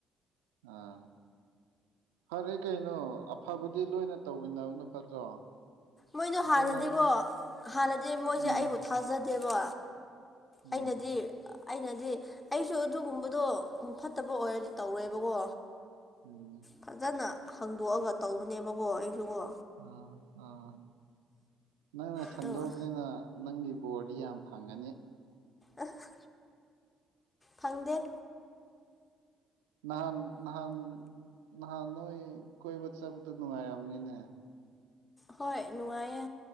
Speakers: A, on the right; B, on the left.
A: ꯑꯥ ꯐꯔꯦ ꯀꯩꯅꯣ ꯑꯐꯕꯗꯤ ꯂꯣꯏꯅ ꯇꯧꯃꯤꯟꯅꯕꯅ ꯐꯠꯇ꯭ꯔꯣ
B: ꯃꯣꯏꯗꯣ
A: ꯑꯗꯣ
B: ꯍꯥꯟꯅꯗꯤꯀꯣ
A: ꯅꯪ
B: ꯍꯥꯟꯅꯗꯤ ꯃꯣꯏꯁꯦ
A: ꯎꯝ
B: ꯑꯩꯕꯨ ꯊꯥꯖꯗꯦꯕ
A: ꯎꯝ
B: ꯑꯩꯅꯗꯤ ꯑꯩꯅꯗꯤ ꯑꯩꯁꯨ ꯑꯗꯨꯒꯨꯝꯕꯗꯣ ꯐꯠꯇꯕ ꯑꯣꯏꯔꯗꯤ ꯇꯧꯔꯣꯏꯕꯀꯣ
A: ꯎꯝ
B: ꯐꯖꯅ ꯍꯡꯗꯣꯛꯑꯒ ꯇꯧꯕꯅꯦꯕꯀꯣ ꯑꯩꯁꯨꯀꯣ
A: ꯑꯥ ꯑꯥ ꯅꯪꯅ ꯁꯟꯗꯣꯛꯑꯕꯅꯤꯅ
B: ꯑꯗꯨꯒ
A: ꯅꯪꯒꯤ ꯕꯣꯔꯗꯤ ꯌꯥꯝ ꯐꯪꯉꯅꯤ
B: ꯑꯥꯍꯥ ꯐꯪꯗꯦ
A: ꯅꯍꯥꯟ ꯅꯍꯥꯟ ꯅꯍꯥꯟ ꯅꯣꯏ ꯀꯣꯏꯕ ꯆꯠꯄꯗꯨ ꯅꯨꯡꯉꯥꯏꯔꯝꯅꯤꯅꯦ
B: ꯍꯣꯏ ꯅꯨꯡꯉꯥꯏꯌꯦ